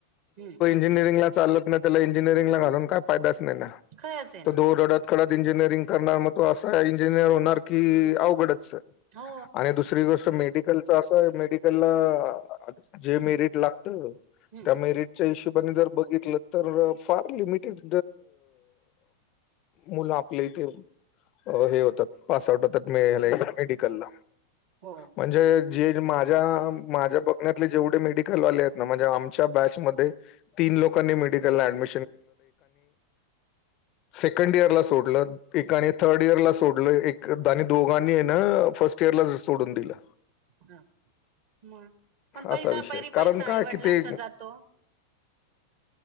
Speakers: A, on the right; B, on the left.
A: हम्म
B: इंजिनिअरिंग चालत नाही त्याला इंजिनिरंगला घालून काय फायदाच नाही
A: खरंच आहे ना
B: तो दोडत कडत इंजिनिअरिंग करणार मग तो असा इंजिनिअर होणार की अवघडत
A: हो
B: आणि दुसरी गोष्ट मेडिकलच असं मेडिकलला जे मेरिट लागत
A: हम्म
B: त्या मेरिट हिशबाने जर बघितलं तर फार लिमिटेड मुलं आपले इथे हे होतात पास आउट होतात मेडिकलला
A: हो
B: म्हणजे जे माझ्या माझ्या ब जेे मेडल आ त लोकां मडम सेकंड इयरला सोडलं एकाने थर्ड इयरला सोडलं एकदानी दोघांनी ना फर्स्ट इयरला सोडून दिलं
A: ह मग पण पैसा
B: असा विषय
A: परी
B: कारण
A: पैसा
B: काय
A: आईवडिलांचा
B: कि ते
A: जातो